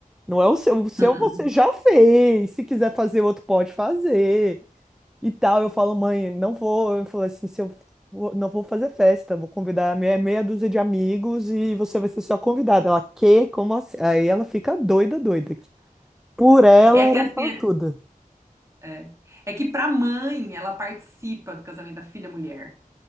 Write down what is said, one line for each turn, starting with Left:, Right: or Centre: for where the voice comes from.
Centre: Não é o seu. O seu
Right: uhum.
Centre: você já fez. Se quiser fazer outro, pode fazer e tal. Eu falo, mãe, não vou. Eu falo assim, se eu for- não vou fazer festa, vou convidar meia, meia dúzia de amigos e você vai ser só convidada. Ela, que? Como assim? Aí ela fica doida, doida. que Por ela
Right: É
Centre: era
Right: que assim,
Centre: aquela tudo.
Right: É, é que para mãe, ela participa do casamento da filha mulher.